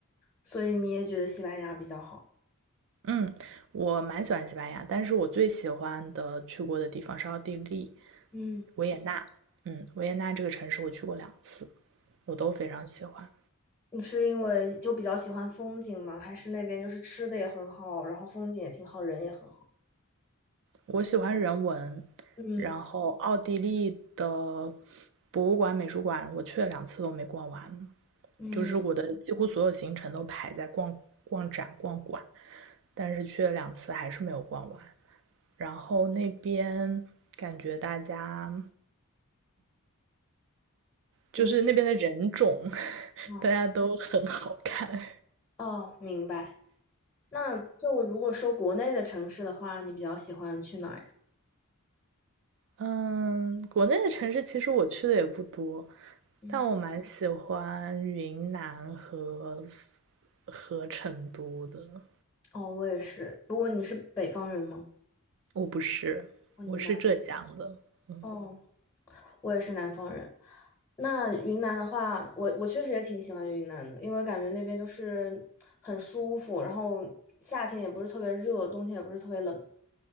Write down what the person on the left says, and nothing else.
所以你也觉得西班牙比较好？
嗯，
你是因为就比较喜欢风景吗？还是那边就是吃的也很好，然后风景也挺好，人也很好？
嗯，
嗯，
就是
哦
哦，明白。那就如果说国内的城市的话，你比较喜欢去哪儿呀？
嗯。
哦，我也是。不过你是北方人吗？
哦，
你南，
哦，我也是南方人。那云南的话，我我确实也挺喜欢云南的，因为感觉那边就是很舒服，然后夏天也不是特别热，冬天也不是特别冷，